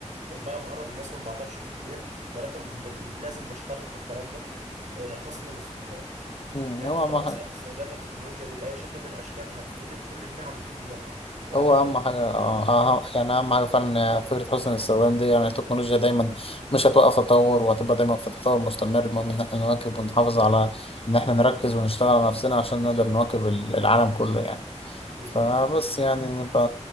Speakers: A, on the right; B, on the left.
A: وبقى مقرب الناس من بعضها بشكل كبير ولكن ب- لازم نشترط في الكلام ده آه، حسن الاستخدام
B: مم،
A: انت
B: هو
A: لو
B: أهم حاجة
A: اسأت طبعا استخدام التكنولوجيا دي بأي شكل من الاشكال هتتقلب كل النعم دي للنقم فده
B: هو أهم
A: اللي
B: حاجة
A: لازم
B: آه،
A: البني آدم يعرفه
B: أه- يعني أهم حاجة فعلا فكرة حسن الاستخدام دي يعني التكنولوجيا دايما مش هتوقف تطور وهتبقى دايما في تطور مستمر المهم إن احنا نواكب ونحافظ على إن احنا نركز ونشتغل على نفسنا عشان نقدر نواكب ال- العالم كله يعني
A: اكيد
B: فبس
A: طبعا
B: يعني نبقى